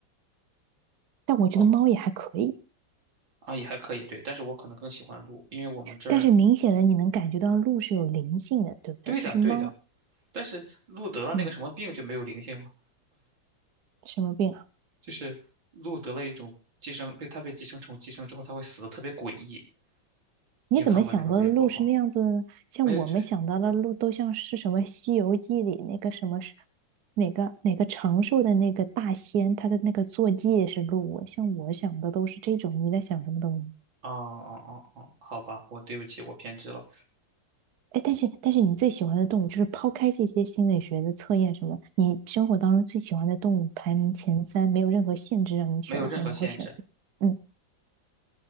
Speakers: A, on the right; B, on the right.
A: 但我觉得猫也还可以，
B: 哦，啊，也还可以，对，但是我可能更喜欢鹿，因为我们这儿
A: 但是明显的你能感觉到鹿是有灵性的，对不对？
B: 对的，
A: 就是猫，
B: 对的。但是鹿得了那个什么病就没有灵性了，
A: 嗯，什么病啊？
B: 就是鹿得了一种寄生，被它被寄生虫寄生之后，它会死的特别诡异。你有看过那个微博吗？
A: 你怎么想到的鹿是那样子呢？像我们想到的鹿都像是什么《西游记》里那个什么是
B: 没有，就是，
A: 哪个哪个长寿的那个大仙，他的那个坐骑也是鹿。像我想的都是这种，你在想什么东西？
B: 哦哦哦哦，好吧，我对不起，我偏执了，
A: 哎，但是但是你最喜欢的动物，就是抛开这些心理学的测验什么，你生活当中最喜欢的动物排名前三，没有任何限制让你选的话，
B: 没有任何限制。
A: 你会选什么？嗯，